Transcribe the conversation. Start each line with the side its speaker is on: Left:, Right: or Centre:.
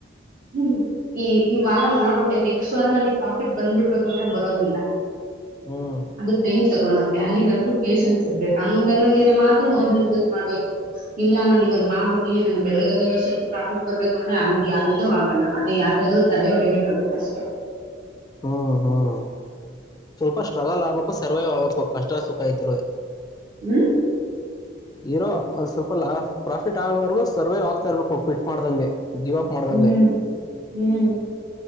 Right: ಹ್ಮ ಈ ಈ ವಾರ ಮಾಡ್ಬಿಟ್ಟೆ ನೆಕ್ಸ್ಟ್ ವಾರ ನನಗೆ ಕಾಫಿಟ್ ಬಂದ್ಬಿಡ್ಬೇಕು ಅಂದ್ರೆ ಬರೋದಿಲ್ಲ
Left: ಹ್ಮ್ ಹ್ಮ್
Right: ಅದು ಟೈಮ್ ತಗೋಣ ಅಲ್ಲಿವರೆಗೂ ಪೇಶನ್ಸ್ ಸಿರ್ಬೇಕು ಹಂಗಂಗಿದ್ರೆ ಮಾತ್ರ ಓನ್ ಬಿಸ್ನೆಸ್ ಮಾಡ್ಬೇಕು ಇಲ್ಲ ನಾನು ಇವಾಗ್ ಮಾಡ್ಬಟ್ಟೀನಿ ನ ಬೆ ಎರ್ದರೆ ವರ್ಷದ ಪ್ರಾಫಿಟ್ ಬರ್ಬೇಕು ಅಂದ್ರೆ ಹಂಗೆ ಯಾರವುದೂ ಆಗಲ್ಲ ಅದೇ ಯಾರ್ದಾದ್ರೂ ತಲೆ ಹೊಡಿಬೇಕಾಗುತ್ತೆ ಅಷ್ಟೆ
Left: ಹ್ಮ್ ಹ್ಮ್ ಸ್ವಲ್ಪ ಪ್ರಗ ಲಾಭಕ್ಕೂ ಸರ್ವೈವ್ ಆಗಕ್ಕು ಕಷ್ಟ ಸುಖ ಇತ್
Right: ಹ್ಮ್
Left: ಇರೋ ಒಂದ್ ಸ್ವಲ್ಪ ಲಾ ಪ್ರಾಫಿಟ್ ಆಗೋವರ್ಗೂ ಸರ್ವೇ ಆಗ್ತಾ ಇರ್ಬೇಕು ಕಿಟ್ ಮಾಡ್ದಂಗೆ ಗಿವ್ ಅಪ್ ಮಾಡ್ದಂಗೆ
Right: ಹ್ಮ್ ಹ್ಮ